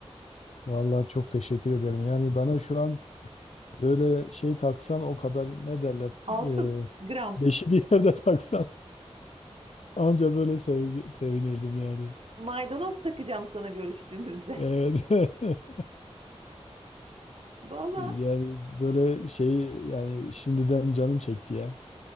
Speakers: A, on the left; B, on the right.
A: Vallahi çok teşekkür ederim. Yani bana şu an böyle şey taksan o kadar ne derler?
B: Altın
A: e,
B: gram.
A: beşi bir yerde <laughs> taksan anca böyle sevi- sevinirdim yani.
B: Maydanoz takacağım sana görüştüğümüzde.
A: Evet. <laughs>
B: <laughs> Vallahi
A: Yani böyle şey yani şimdiden canım çekti ya.